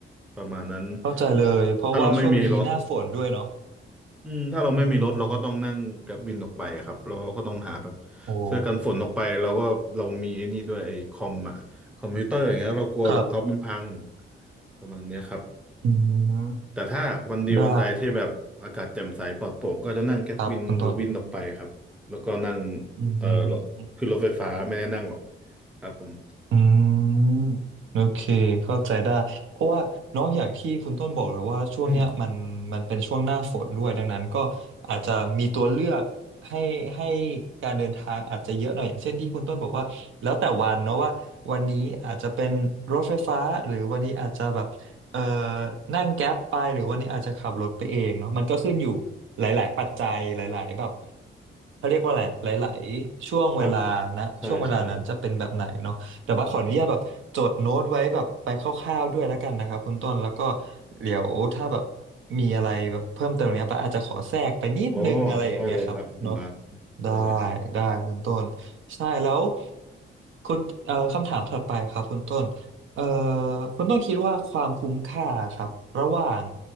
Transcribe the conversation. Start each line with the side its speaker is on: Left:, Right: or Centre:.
Centre: ประมาณนั้น
Right: เข้าใจเลยเพราะว่าช่วงนี้หน้าฝนด้วยเนาะ
Centre: ถ้าเราไม่มีรถ อืมถ้าเราไม่มีรถเราก็ต้องนั่งแกร็บวินออกไปอะครับเราก็ต้องหาแบบ
Right: อืมโอ้
Centre: เสื้อกันฝนออกไปเราก็เรามีไอ้นี่ด้วยไอ้คอมอะคอมพิวเตอร์อย่างเงี้ยเรากลัวแล็ปท็อปมันพัง
Right: ครับ
Centre: ประมาณเนี้ยครับ
Right: อืม
Centre: แต่ถ้าวันดีวันใดที่แบบอากาศแจ่มใสปลอดโปร่งก็จะนั่งแกร็บวินหรือวินออกไปครับแล้วก็นั่ง
Right: ได้ครับคุณต้นอื
Centre: เอ่อรถคือรถไฟฟ้าไม่ได้นั่งหรอก
Right: ม
Centre: ครับผม
Right: อืมโอเคเข้าใจได้เพราะว่าเนอะอย่างที่คุณต้นบอกเลยว่าช่วงเนี้ยมันมันเป็นช่วงหน้าฝนด้วยดังนั้นก็อาจจะมีตัวเลือกให้ให้
Centre: <coughs>
Right: การเดินทางอาจจะเยอะหน่อยอย่างเช่นที่คุณต้นบอกว่าแล้วแต่วันเนาะว่าวันนี้อาจจะเป็นรถไฟฟ้าหรือวันนี้อาจจะแบบเอ่อนั่งแก๊ปไปหรือวันนี้อาจจะขับรถไปเองเนาะมันก็ขึ้นอยู่หลายๆปัจจัยหลายๆแบบเขาเรียกว่าอะไรหลายๆช่วงเวลานะช่วงเวลานั้นจะเป็นแบบไหนเนาะ
Centre: ครับใช่ใช่
Right: แต่ว่าขออนุญาตแบบจดโน้ตไว้แบบไปคร่าวๆด้วยแล้วกันนะครับคุณต้นแล้วก็เดี๋ยวถ้าแบบมีอะไรแบบเพิ่มเติมเนี้ยปะอาจจะขอแทรกไปนิดนึงอะไรอย่างเงี้ยครับเนาะ
Centre: อ๋อได้เลยครับคุณบาส
Right: ได้
Centre: ได้เลยครับ
Right: ได้คุณต้นใช่แล้วคุณเอ่อคำถามถัดไปครับคุณต้นเอ่อคุณต้นคิดว่าความคุ้มค่าครับระหว่าง